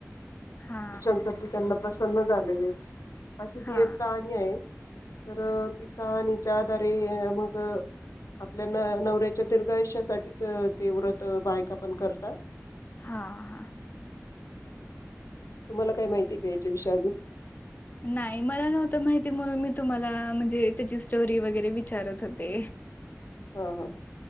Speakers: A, on the left; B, on the left.
A: हा
B: शंकरजी त्यांना प्रसन्न झाले. अशी
A: हा
B: ती
A: हा
B: एक कहाणी आहे. तर त कहाणीच्या आधारे मग आपल्या न नवऱ्याच्या दीर्घा आयुष्यासाठीठीच ते व्रत बायक आपण करत
A: हा हा
B: तुम्हाला काय माहिती का याच्याविषयी अजून
A: नाही मला नव्हत माहिती म्हणून मी तुम्हाला म्हणजे त्याची स्टोरी वगैरे विचारत होते
B: हा हा